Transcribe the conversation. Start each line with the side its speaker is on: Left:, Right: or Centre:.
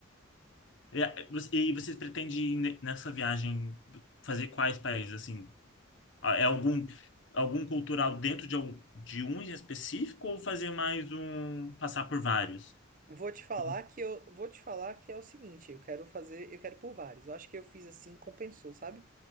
Left: E e vocês pretendem nessa viagem fazer quais países? Assim, Ah, é algum algum cultural dentro de um, de um em específico ou fazer mais um passar por vários?
Right: Vou te falar
Left: Como-
Right: que eu vou te falar que é o seguinte, eu quero fazer, eu quero por vários. Eu acho que eu fiz assim, compensou, sabe?